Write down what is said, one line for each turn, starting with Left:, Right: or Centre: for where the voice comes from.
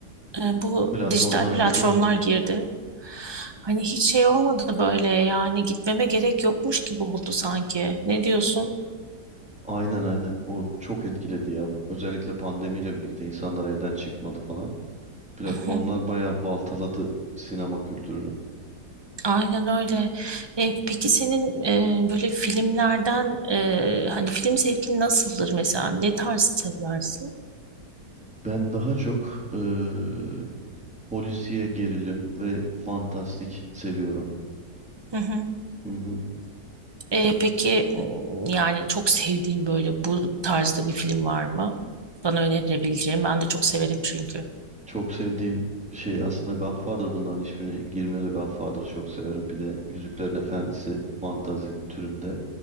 Right: e, bu
Centre: Platformlar
Right: dijital platformlar
Centre: girdi.
Right: girdi. Hani hiç şey olmadı böyle yani gitmeme gerek yokmuş gibi oldu sanki. Ne diyorsun?
Centre: Aynen aynen. O çok etkiledi ya. Özellikle pandemiyle birlikte insanlar evden çıkmadı falan. Platformlar
Right: <laughs>
Centre: bayağı baltaladı sinema kültürünü.
Right: Aynen öyle. E, peki senin e, böyle filmlerden e, hani film zevkin nasıldır mesela? Ne tarz seversin?
Centre: Ben daha çok eee polisiye gerilim ve fantastik seviyorum.
Right: Hı hı.
Centre: Hı hı.
Right: E, peki m, yani çok sevdiğin böyle bu tarzda bir film var mı? Bana önerebileceğim? Ben de çok severim çünkü.
Centre: Çok sevdiğim şey aslında Godfather bunların hiçbirine girmiyor da Godfather'ı çok severim. Bir de Yüzüklerin Efendisi fantazi türünde